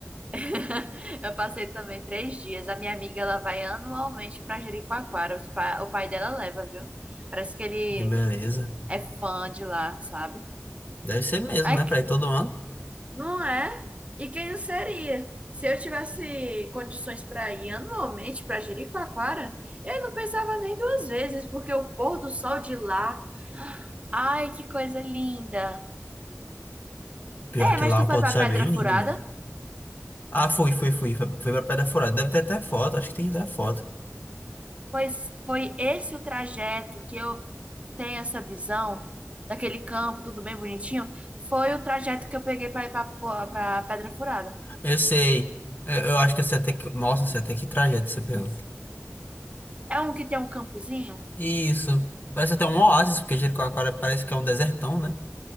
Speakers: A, on the right; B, on the left.
A: <laughs> Eu passei também três dias. A minha amiga, ela vai anualmente pra Jericoacoara. Os pa- O pai dela leva, viu? Parece que ele
B: Que beleza.
A: é fã de lá, sabe?
B: Deve ser mesmo,
A: Aí,
B: né? Pra
A: que-
B: ir todo ano.
A: não é? E quem não seria? Se eu tivesse condições para ir anualmente para Jericoacoara, eu não pensava nem duas vezes, porque o pôr do sol de lá, ai, que coisa linda.
B: Pior
A: É,
B: que
A: mas
B: lá
A: tu
B: o
A: foi
B: pôr
A: para
B: do sol
A: Pedra
B: é bem
A: Furada?
B: lindo mesmo. Ah, fui, fui, fui. Foi, foi pra Pedra Furada. Deve ter até foto, acho que tem até foto.
A: Pois foi esse o trajeto que eu tenho essa visão daquele campo, tudo bem bonitinho, foi o trajeto que eu peguei para ir para Pedra Furada.
B: Eu sei. Eu, eu acho que eu sei até que. Nossa, eu sei até que trajeto você pegou.
A: É um que tem um campozinho?
B: Isso. Parece até um oásis, porque Jericoacoara parece que é um desertão, né?